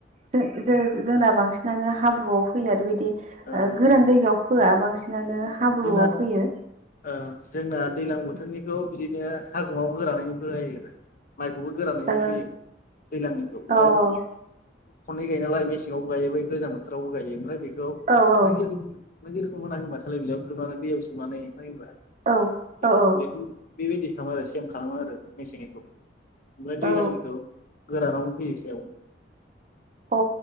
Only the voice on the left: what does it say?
ओ
ओ ओ
ओ
जोंना
ओ जोंना दैज्लां बोथोरनि औ बिदिनो <unintelligible> गोरानै फोना होयोबो माइखौबो गोरानैनो
फैयो दैज्लांनिखौ ओमफ्राय
खनै गायोनालाय मेसेङावबो गायो बै गोजां बोथोरावबो गायो। ओमफ्राय बेखौ
नों
<unintelligible> नों <inaudible> दैयाव सोमनानै माइ होबा
बेखौ
बेखौ बेबायदि खालामो आरो सेम खालामो आरो मेसेंनिखौ। ओमफ्राय
दैज्लांनिखौ गोरानावनो फैयोसै